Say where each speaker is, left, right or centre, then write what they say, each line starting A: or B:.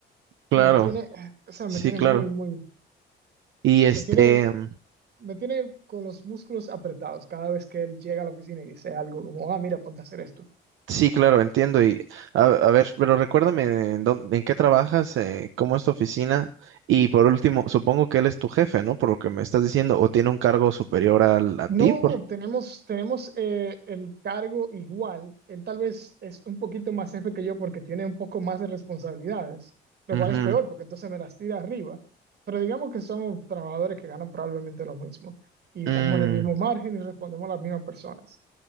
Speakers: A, on the right; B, on the right.
A: claro,
B: me tiene, o sea,
A: sí,
B: me tiene
A: claro.
B: muy, muy,
A: Y este,
B: me tiene,
A: mm,
B: me tiene con los músculos apretados cada vez que él llega a la oficina y dice algo como, ah, mira, ponte a hacer esto.
A: Sí, claro, entiendo. Y a, a ver, pero recuérdame en, dó- en qué trabajas, eh, cómo es tu oficina. Y por último, supongo que él es tu jefe, ¿no? Por lo que me estás diciendo, o tiene un cargo superior al, a
B: No,
A: ti, por...
B: tenemos, tenemos eh, el cargo igual. Él tal vez es un poquito más jefe que yo porque tiene un poco más de responsabilidades, lo
A: Ujú.
B: cual es peor porque entonces me las tira arriba. Pero digamos que somos trabajadores que ganan probablemente lo mismo y estamos
A: Mm,
B: en el mismo margen y respondemos a las mismas personas.